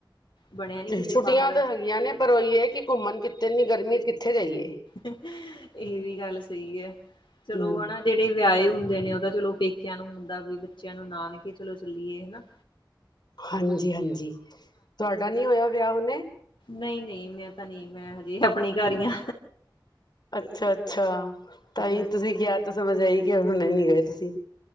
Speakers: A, on the left; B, on the left.
A: ਬਣਿਆ ਨੀ ਕਿਤੇ
B: ਛੁੱਟੀਆਂ
A: ਬਾਹਰ
B: ਤਾਂ ਹੈਗੀਆਂ ਨੇ ਪਰ ਉਹੀ ਹੈ ਕਿ ਘੁੰਮਣ ਕਿੱਥੇ ਐਨੀ ਗਰਮੀ ਚ ਕਿੱਥੇ ਜਾਈਏ।
A: ਇਹ ਵੀ ਗੱਲ ਸਹੀ ਐ ਚਲੋ
B: ਹਮ
A: ਹਨਾ। ਜਿਹੜੇ ਵਿਆਹੇ ਹੁੰਦੇ ਨੇ ਉਹ ਤਾਂ ਚਲੋ ਪੇਕਿਆਂ ਨੂੰ ਹੁੰਦਾ ਵੀ ਬੱਚਿਆਂ ਨੂੰ ਨਾਨਕੇ ਚਲੋ ਚੱਲੀਏ ਹਨਾ।
B: ਹਾਂਜੀ-ਹਾਂਜੀ ਤੁਹਾਡਾ ਨੀ ਹੋਇਆ ਵਿਆਹ ਹੁਣੇ
A: ਨਹੀਂ-ਨਹੀਂ ਮੈਂ ਤਾਂ ਨਹੀਂ ਮੈਂ ਹਜੇ ਆਪਣੇ ਘਰ ਹੀ ਆ।
B: ਅੱਛਾ-ਅੱਛਾ ਤਾਂਹੀ
A: ਹਾਂ
B: ਤੁਸੀਂ ਕਿਹਾ ਤਾਂ ਸਮਝ ਆਈ ਕਿ ਹੁਣੇ ਨੀ ਗਏ ਤੁਸੀਂ।